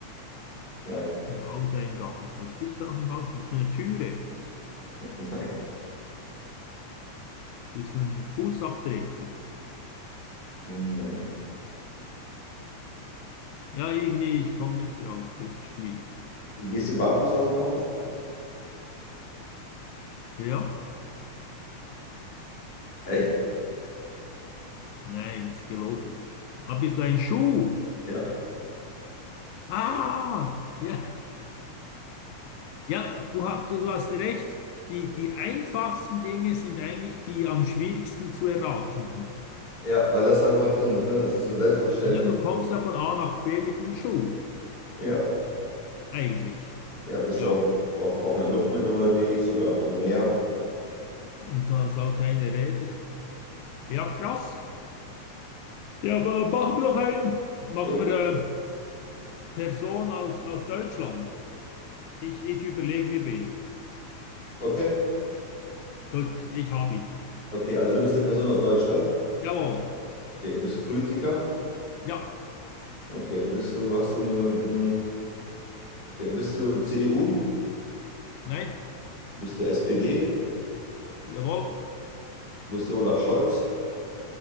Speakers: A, on the left (about 15°); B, on the left (about 80°).
A: Nein.
B: im Hauseingang. Was, was gibt's da noch im Haus? Bist du eine Türe?
A: <laughs> Nein.
B: Bist du ein Fußabtreter?
A: Nein.
B: Ja, irgendwie, ich komme nicht drauf. Das ist schwierig.
A: Gehst du barfuß aus dem Haus?
B: Ja?
A: Echt?
B: Nein, ist gelogen. Ah, bist du ein Schuh?
A: Ja.
B: Ah! Ja. Ja, du, ha- du, du hast recht. Die, die einfachsten Dinge sind eigentlich die am schwierigsten zu erratenden.
A: Ja, weil das einfach drin ist, ne? Das ist so selbstverständlich.
B: Ja, du kommst ja von A nach B mit einem Schuh,
A: Ja.
B: eigentlich.
A: Ja, bist
B: Ja,
A: du auch, auch, auch in der Luft mit unterwegs oder auf dem Meer?
B: und da hast auch keine Räder. Ja, krass. Ja, aber machen wir doch einen. Machen
A: Ja.
B: wir eine Person aus, aus Deutschland. Ich, ich überlege mir wen.
A: Okay.
B: Gut, ich habe ihn.
A: Okay, also du bist eine Person aus Deutschland.
B: Jawohl.
A: Okay, bist du Politiker?
B: Ja,
A: Okay, bist du, hast du nur, mm, okay, bist du CDU?
B: nein,
A: Bist du SPD?
B: jawohl,
A: Wo ist der Olaf Scholz?